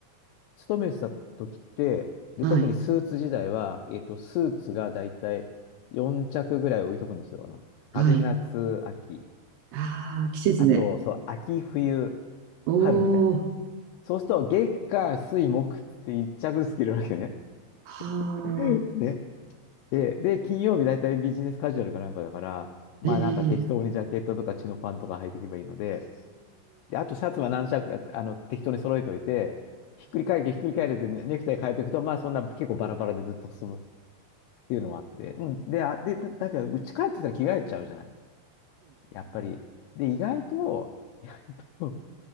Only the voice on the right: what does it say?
はい。
はい。
ああ、季節で。
お
ー。
は
あ。
ええ、